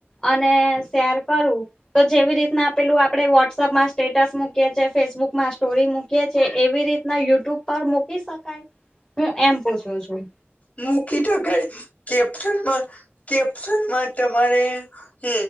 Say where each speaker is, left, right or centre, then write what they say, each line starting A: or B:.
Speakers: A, on the left; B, on the left.
A: અને શેર કરું. તો જેવી રીતના આપેલું આપડે વોટ્સઅપમાં સ્ટેટસ મૂકીએ છીએ ફેસબુકમાં સ્ટોરી મૂકી છે એવી રીતના યુટ્યુબ પર મૂકી શકાય હું એમ પૂછું છું.
B: મૂકી થકાય કેપ્શનમાં કેપ્શનમાં તમારે હ